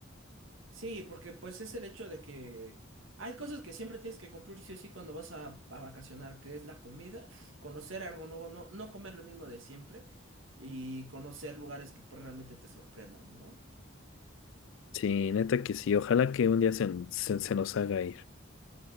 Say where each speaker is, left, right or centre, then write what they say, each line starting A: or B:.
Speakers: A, on the right (about 75°); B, on the left (about 75°).
A: Sí, porque pues es el hecho de que hay cosas que siempre tienes que cumplir sí o sí cuando vas a, a vacacionar, que es la comida, conocer algo nuevo, no, no comer lo mismo de siempre y conocer lugares que pues, realmente te sorprendan, ¿no?
B: Sí, neta que sí, ojalá que un día se, se, se nos haga ir.